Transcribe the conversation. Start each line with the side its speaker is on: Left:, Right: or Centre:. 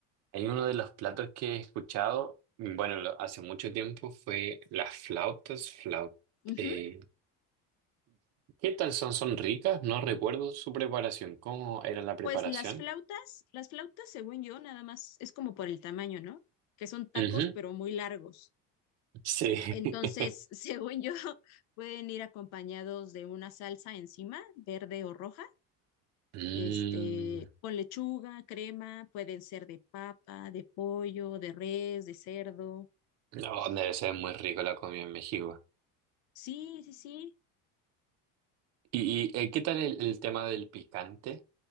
Right: hay uno de los platos que he escuchado, bueno, lo- hace mucho tiempo fue las flautas, flau-
Left: ujú.
Right: eh, ¿qué tal son? ¿Son ricas? No recuerdo su preparación. ¿Cómo era la preparación?
Left: Pues las flautas, las flautas, según yo, nada más es como por el tamaño, ¿no? Que son tacos,
Right: Ujú,
Left: pero muy largos.
Right: Sí.
Left: Entonces,
Right: <laughs>
Left: <laughs> según yo, pueden ir acompañados de una salsa encima, verde o roja
Right: Mm.
Left: este, con lechuga, crema, pueden ser de papa, de pollo, de res, de cerdo.
Right: No, debe ser muy rico la comida en México.
Left: Sí, sí, sí.
Right: ¿Y, y, eh, qué tal el, el tema del picante?